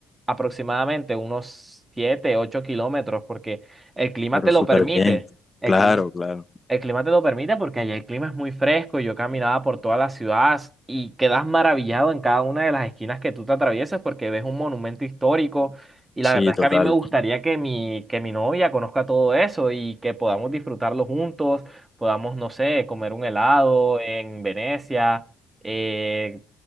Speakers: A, on the right (about 20°); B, on the left (about 20°).
A: aproximadamente unos 7 8 kilómetros, porque el clima
B: pero
A: te
B: súper
A: lo permite.
B: bien.
A: El
B: Claro,
A: clima
B: claro.
A: el clima te lo permite porque allá el clima es muy fresco. y Yo caminaba por toda la ciudad y quedas maravillado en cada una de las esquinas que tú te atraviesas porque ves un monumento histórico. Y la
B: Sí,
A: verdad es
B: total.
A: que a mí me gustaría que mi, que mi novia conozca todo eso y que podamos disfrutarlo juntos, podamos, no sé, comer un helado en Venecia, eh,